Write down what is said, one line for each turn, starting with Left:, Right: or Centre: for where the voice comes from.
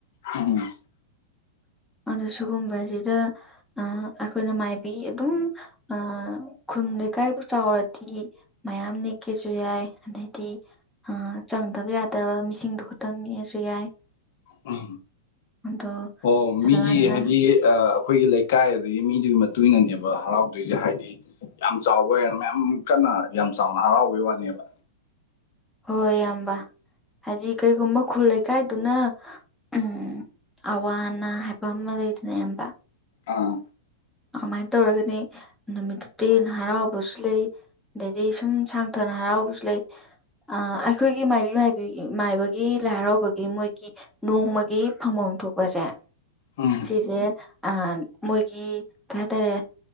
Left: ꯎꯝ
Centre: ꯑꯗꯨ ꯁꯤꯒꯨꯝꯕꯁꯤꯗ ꯑꯩꯈꯣꯏꯅ ꯃꯥꯏꯕꯤ ꯑꯗꯨꯝ ꯑ ꯈꯨꯟ ꯂꯩꯀꯥꯏꯕꯨ ꯆꯥꯎꯔꯗꯤ ꯃꯌꯥꯝ ꯅꯦꯛꯀꯦꯁꯨ ꯌꯥꯏ ꯑꯗꯩꯗꯤ ꯑ ꯆꯪꯗꯕ ꯌꯥꯗꯕ ꯃꯤꯁꯤꯡꯗꯣ ꯈꯛꯇꯪ ꯅꯦꯛꯑꯁꯨ ꯌꯥꯏ
Left: ꯑ
Centre: ꯑꯗꯣ
Left: ꯑꯣ
Centre: ꯑꯗꯨꯃꯥꯏꯅ
Left: ꯃꯤꯒꯤ ꯍꯥꯏꯗꯤ ꯑ ꯑꯩꯈꯣꯏꯒꯤ ꯂꯩꯀꯥꯏ ꯑꯗꯒꯤ ꯃꯤꯗꯨꯒꯤ ꯃꯇꯨꯡ ꯏꯟꯅꯅꯦꯕ ꯍꯔꯥꯎꯗꯣꯏꯁꯦ ꯍꯥꯏꯗꯤ ꯌꯥꯝ ꯆꯥꯎꯕ ꯑꯣꯏꯔꯦ ꯃꯌꯥꯝ ꯀꯟꯅ ꯌꯥꯝ ꯆꯥꯎꯅ ꯍꯔꯥꯎꯕꯩ ꯋꯥꯅꯦꯕ
Centre: ꯍꯣꯏ ꯏꯌꯥꯝꯕ ꯍꯥꯏꯗꯤ ꯀꯩꯒꯨꯝꯕ ꯈꯨꯜ ꯂꯩꯀꯥꯏꯗꯨꯅ ꯎꯝ ꯑꯋꯥ ꯑꯅꯥ ꯍꯥꯏꯕ ꯑꯃ ꯂꯩꯗꯅ ꯑꯌꯥꯝꯕ
Left: ꯑꯥ
Centre: ꯑꯗꯨꯃꯥꯏꯅ ꯇꯧꯔꯒꯅꯤ ꯅꯨꯃꯤꯠꯇ ꯇ ꯍꯔꯥꯎꯕꯁꯨ ꯂꯩ ꯑꯗꯩꯗꯒꯤ ꯁꯨꯝ ꯁꯥꯡꯊꯅ ꯍꯔꯥꯎꯕꯁꯨ ꯂꯩ ꯑ ꯑꯩꯈꯣꯏꯒꯤ ꯃꯥꯏꯕꯤ ꯃꯥꯏꯕꯤ ꯃꯥꯏꯕꯒꯤ ꯂꯥꯏ ꯍꯔꯥꯎꯕꯒꯤ ꯃꯣꯏ ꯅꯣꯡꯃꯒꯤ ꯐꯪꯐꯝ ꯊꯣꯛꯄꯁꯦ
Left: ꯑꯥ
Centre: ꯁꯤꯁꯦ ꯃꯣꯏꯒꯤ ꯀꯩ ꯍꯥꯏꯇꯥꯔꯦ